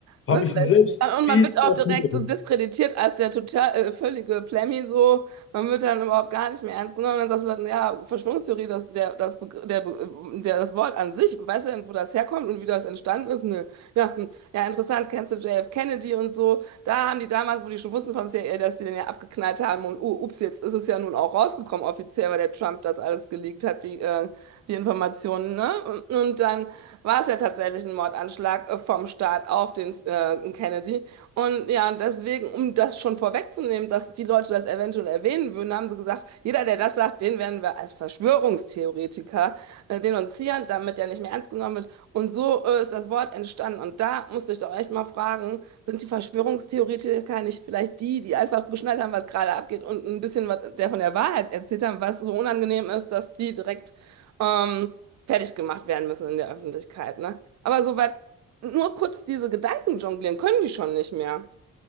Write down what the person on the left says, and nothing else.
Habe ich selbst
viel
oft
miterlebt.